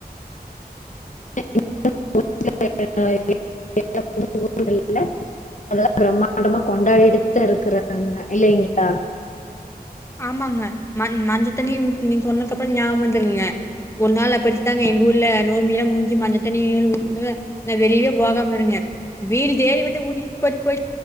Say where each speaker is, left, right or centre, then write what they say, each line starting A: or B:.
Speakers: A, on the left; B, on the left.
A: <unintelligible> அதெல்லா பிரம்மாண்டமா கொண்டாடிட்டுத இருக்கறாங்க இல்லைங்ளா
B: ஆமாங்க ம மஞ்சதண்ணிய ஊத்வி சொன்னக்கு அப்ற ஞாம் வந்துங்க ஒரு நாள் அப்படித்தாங்க எங்க ஊர்ல நோம்பிலா முடிஞ்சு மஞ்ச தண்ணி ஊத்துவ நா வெளியவெ போகாம இருந்த வீடு தேடி வந்து ஊடிட் போ போயிட்